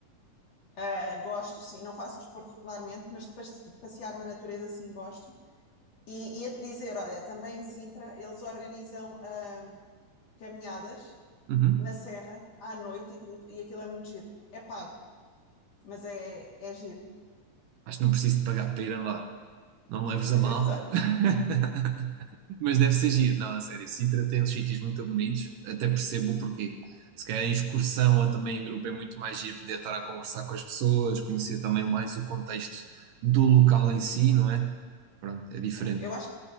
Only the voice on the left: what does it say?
ah, gosto, sim. Não faço desporto regularmente, mas de passe- passear na natureza, sim, gosto. E ia-te dizer, olha, também em Sintra eles organizam ah, caminhadas
na serra, à noite e tudo, e aquilo é muito giro. É pago, mas é, é giro.
<laughs>
Exato.
Sim,
sim. Eu acho